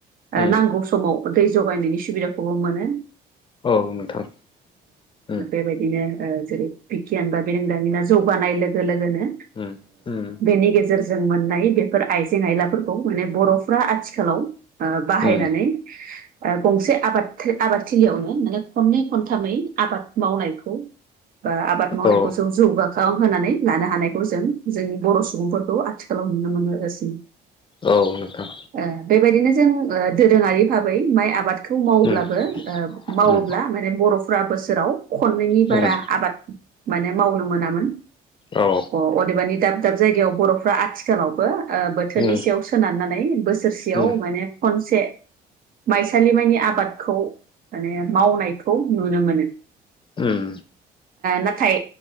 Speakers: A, on the left (about 30°); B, on the right (about 55°).
A: उम
B: नांगौ समाव दै जगायनायनि सुबिदाखौबो मोनो
A: औ नोंथां उम
B: बेबायदिनो जेरै बिगियान बा बिरोंदामिना जौगानाय लोगो लोगोनो
A: उम उम
B: बेनि गेजेर जों मोननाय बेफोर आइजें आयलाफोरखौ माने बर'फ्रा आथिखालाव बाहायनानै
A: उम
B: गंसे आबाद आबादथिलियावनो माने खननै खनथामै आबाद मावनायखौ बा आबाद मावनायखौ
A: औ
B: जों जौगाखां होननानै लानो हानायखौ जों जोंनि बर' सुबुंफोरखौ आथिखालाव नुनो मोनबोगासिनो
A: औ नोंथां
B: ओ बेबायदिनो जों दोरोङारि भाबै माइ आबादखो खौ मावोवब्लाबो
A: उम
B: मावोब्ला
A: उम
B: माने बर'फ्रा बोसोराव खननैनि
A: उम
B: बारा आबाद माने मावनो मोनामोन
A: औ
B: अ अदेबानि दाब दाब जायगायाव बर'फ्रा आथिखालावबो बोथोर थोरनि
A: उम उम औ उम
B: सायाव सोनारनानै बोसोरसेयाव
A: उम
B: माने खनसे माइसालिमानि आबादखौ माने मावनायखौ नुनो मोनो
A: उम
B: नाथाय